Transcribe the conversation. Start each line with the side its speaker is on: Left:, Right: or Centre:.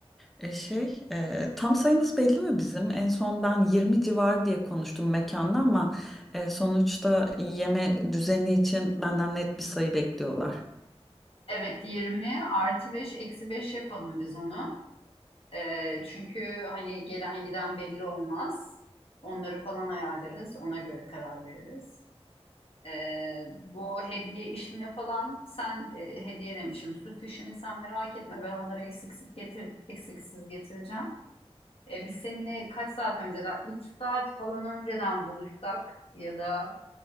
Centre: E şey, e, tam sayımız belli mi bizim? En son ben 20 civar diye konuştum mekanda ama e, sonuçta yeme düzeni için benden net bir sayı bekliyorlar.
Left: Evet 20 artı 5 eksi 5 yapalım biz onu. Ee, çünkü hani gelen giden belli olmaz. Onları falan ayarlarız, ona göre karar veririz. Ee, bu hediye işini falan sen e, hediye demişim süs işini sen merak etme ben onları eksiksiz getir eksiksiz getireceğim. Ee, biz seninle kaç saat önceden 3 saat falan önceden buluşsak ya da